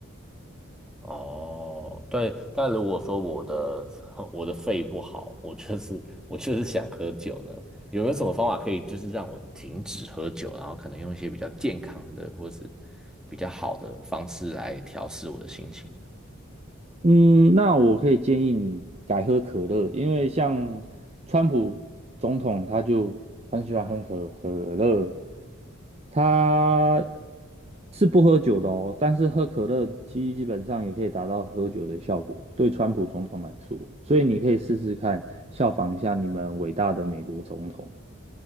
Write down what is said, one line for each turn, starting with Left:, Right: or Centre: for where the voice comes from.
Centre: 哦，对，但如果说我的 <laughs> 我的肺不好，我就是 <laughs> 我就是想喝酒呢，有没有什么方法可以就是让我停止喝酒，然后可能用一些比较健康的或是比较好的方式来调试我的心情呢？
Right: 嗯，那我可以建议你改喝可乐，因为像川普总统他就很喜欢喝可可乐，他是不喝酒的哦，但是喝可乐基基本上也可以达到喝酒的效果，对川普总统来说，所以你可以试试看，效仿一下你们伟大的美国总统。